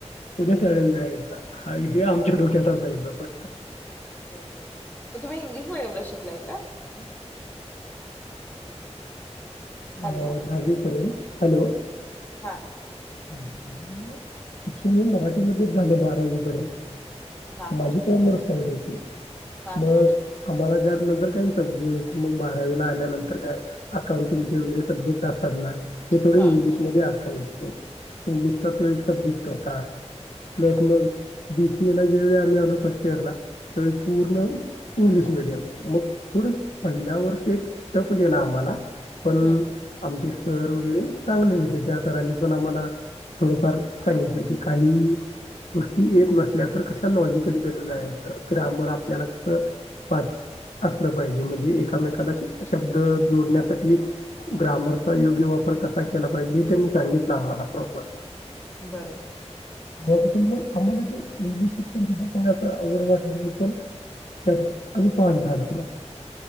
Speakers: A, on the left (about 80°); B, on the left (about 15°).
A: उद्या शाळेला जायच. हा हे आमच्या डोक्यात असायच फक्त.
B: बरोबर म तुम्ही इंग्लिश मिडीयमला शिकलाय काय?
A: नाय.
B: हॅलो
A: <inaudible> अं दहावीपर्यंत. हॅलो.
B: हा.
A: आणि मग शिक्षण हे मराठीमध्येच झाले बारावीपर्यंत.
B: हां
A: माझी
B: हां
A: कॉमर्स साईड होती. <unintelligible>
B: हां
A: मग,
B: हां हां
A: आम्हाला जर नंतर काही सब्जेक्ट मग बाराला आल्यानंतर काय अकाउंटिंगचे वगैरे सब्जेक्ट असतात ना ते थोडे
B: हां
A: इंग्लिशमध्ये <unintelligible> इंग्लिशचा तो एक सब्जेक्ट होता, प्लस मग बीसी ला जे वेळी आम्ही आलो फस्ट ईयरला त्याळी पूर्ण इंग्लिश मिडीयम मग थोड पहिल्या वर्ष एक टफ गेला आम्हाला, पण,
B: हम्म
A: आमची सर वगैरे चांगले होते, त्या सरांने पण आम्हाला थोडफार सांगितलं की काही गोष्टी येत नसल्या तर कशा लॉजिकली त्यास जायचं ग्रामर आपल्याला कस असलं पाहिजे, म्हणजे एकामेकाला शब्द जोडण्यासाठी ग्रामरचा योग्य वापर कसा केला पाहिजे हे त्यांनी सांगितलं आम्हाला. <unintelligible>
B: बरोबर,
A: पण मग आम्हाला जे इंग्लिश शिक्षण सुद्धा काही असं अवघड वाटलं नाही पण त्यात आम्ही पास झालो.